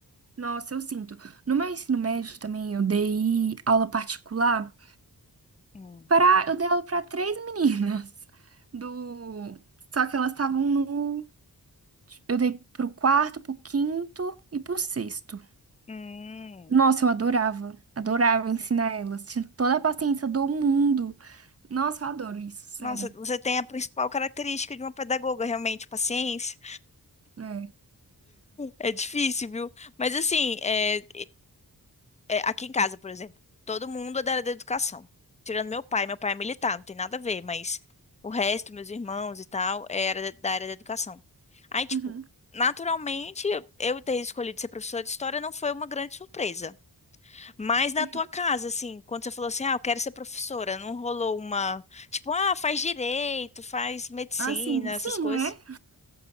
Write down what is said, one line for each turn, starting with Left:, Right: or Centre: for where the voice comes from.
Right: Nossa, eu sinto. No meu ensino médio também, eu dei aula particular
Left: Hum.
Right: para, eu dei aula para três meninas do, só que elas estavam no Eu dei pro quarto, pro quinto e pro sexto.
Left: Hum.
Right: Nossa, eu adorava. Adorava ensinar elas. Tinha toda a paciência do mundo. Nossa, eu adoro isso, sério.
Left: Nossa, você tem a principal característica de uma pedagoga, realmente, paciência.
Right: É.
Left: É difícil, viu? Mas assim, é, é, aqui em casa, por exemplo, todo mundo é da área da educação. Tirando meu pai, meu pai é militar, não tem nada a ver, mas o resto, meus irmãos e tal, era da área da educação. Aí, tipo,
Right: Uhum.
Left: naturalmente, eu ter escolhido ser professora de história não foi uma grande surpresa. Mas na
Right: Ju-
Left: tua casa, assim, quando você falou assim, ah, eu quero ser professora, não rolou uma, tipo, ah, faz direito, faz medicina,
Right: Assim,
Left: essas
Right: sim,
Left: coisas?
Right: né?